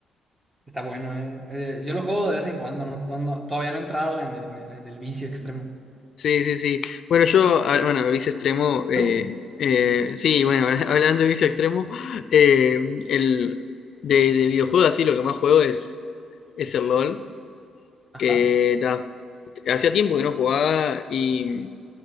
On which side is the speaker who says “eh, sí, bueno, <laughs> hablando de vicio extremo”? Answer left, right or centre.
Left